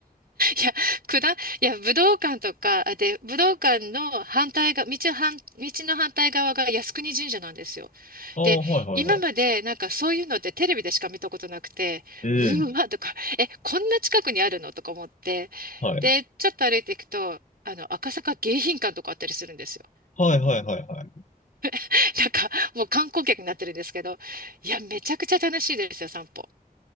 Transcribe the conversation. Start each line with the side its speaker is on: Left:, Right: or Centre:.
Right: いや、くだ、いや、武道館とか、あで、武道館の反対が、道反、道の反対側が靖国神社なんですよ。
Left: ああ、
Right: で、
Left: はいはいはい。
Right: 今までなんかそういうのってテレビでしか見たことなくて、
Left: うん。
Right: うーわ、とか、え、こんな近くにあるのとか思って、
Left: はい。
Right: で、ちょっと歩いていくと、あの、赤坂迎賓館とかあったりするんですよ。
Left: はいはいはいはい。
Right: <laughs> なんか、もう観光客になってるんですけど、いや、めちゃくちゃ楽しいですよ、散歩。